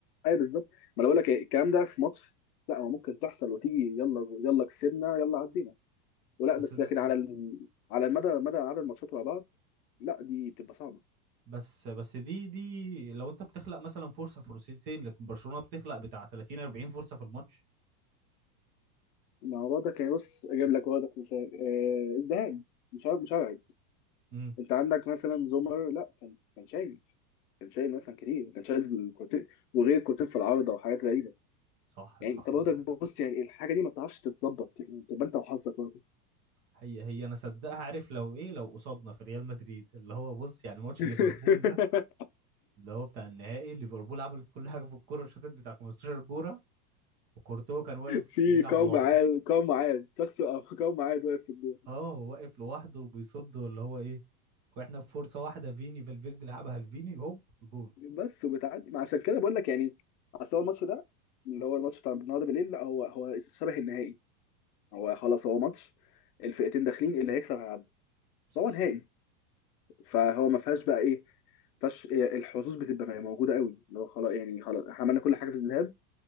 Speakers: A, on the left; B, on the right.
A: اي بالظبط ما انا بقول لك إيه، الكلام ده في ماتش لا هو ممكن تحصل وتيجي يلا يلا كسبنا يلا عدينا ولا
B: بس
A: بس
B: ده
A: لكن على ال... على مدى مدى عدد الماتشات ورا بعض لا دي بتبقى صعبه
B: بس بس دي دي لو انت بتخلق مثلا فرصة فرصتين لكن برشلونة بتخلق بتاع 30 40 فرصة في الماتش
A: ما هو ده كان بص اجيب لك وردك مثال آه الذهاب مش عارف مش هبعد
B: امم
A: انت عندك مثلا زومر لا كان كان شايل كان شايل مثلا كتير كان شايل كورتين وغير كورتين في العارضه وحاجات غريبه
B: صح
A: يعني
B: صح
A: انت برضك
B: اه
A: بص يعني الحاجه دي ما بتعرفش تتظبط يعني تبقى انت وحظك برضه
B: هي هي انا صدقها عارف لو ايه لو قصادنا في ريال مدريد اللي هو بص يعني ماتش
A: <laughs>
B: ليفربول ده اللي هو بتاع النهائي ليفربول عملت كل حاجة في الكورة شاطت بتاع 15 كورة وكورتوا كان واقف
A: في
B: بيلعب
A: قوم
B: لوحده
A: عاد قوم عاد شخص <laughs> قوم عاد واقف في الجول
B: اه هو واقف لوحده وبيصد اللي هو ايه واحنا في فرصه واحده فيني فالفيردي لعبها لفيني هوب جون
A: بس وبتعدي ما عشان كده بقول لك يعني اصل هو الماتش ده اللي هو الماتش بتاع النهارده بالليل لا هو هو شبه النهائي هو خلاص هو ماتش الفئتين داخلين اللي هيكسب هيعدي
B: صح
A: فهو نهائي فهو ما فيهاش بقى ايه فش الحظوظ بتبقى موجوده قوي اللي هو خلاص يعني خلاص احنا عملنا كل حاجه في الذهاب